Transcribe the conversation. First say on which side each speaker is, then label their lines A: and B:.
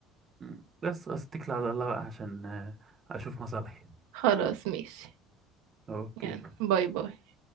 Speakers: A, on the right; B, on the right.
A: أمم. بس خلاص، أتكل على الله بقى عشان آه، أشوف مصالحي
B: خلاص ماشي
A: أوكي
B: يلا باي باي